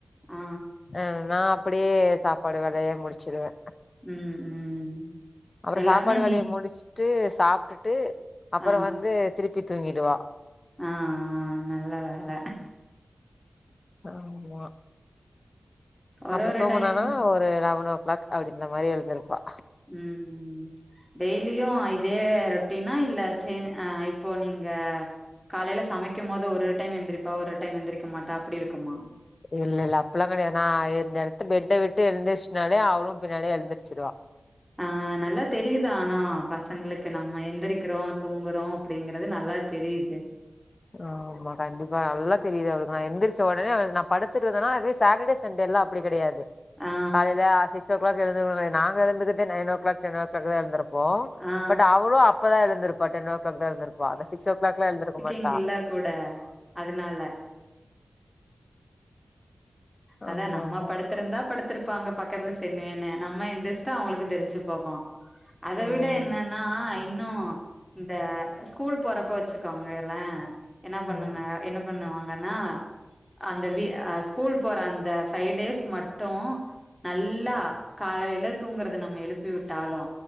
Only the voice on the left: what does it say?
அ நா அப்டியே சாப்பாடு வேலைய முடிச்சிருவே
அப்பற
சாப்பாடு வேலைய
முடிச்ட்டு சாப்ட்டுட்டு அப்பற
வந்து திருப்பி தூங்கிடுவா
ஆமா
அப்ற
தூங்குனோன
ஒரு லெவன் ஓ க்ளாக் அப்டி இந்த மாரி எழுந்திருப்பா
இல்லல்ல அப்பிட்லா கெடையாது நா இந்த எடத்த பெட்ட விட்டு எழுந்திருச்சுனாலே அவளு பின்னாலே எழுந்திருச்சுருவா
ஆமா கண்டிப்பா நல்லா தெரியுது அவளுக்கு நா எந்திரிச்ச ஒடனே அவ நா படுத்துட்ருந்தனா இது சாட்டர்டே சண்டேல அப்டி கெடையாது
காலைல சிக்ஸ் ஓ கிளாக் எழுந்திருக்கனுமே நாங்க எழுந்திரிக்கதே nine o'clock ten o'clock தா எழுந்திரிப் போ
பட் அவளு அப்பதா எழுந்திரிப்பா டென் ஓ கிளாக் தா எழுந்திரிப்பா அந்த சிக்ஸ் ஓ கிளாக்லா எழுந்திரிக்க மாட்
ஆமா
ஆமா
ம்
ம்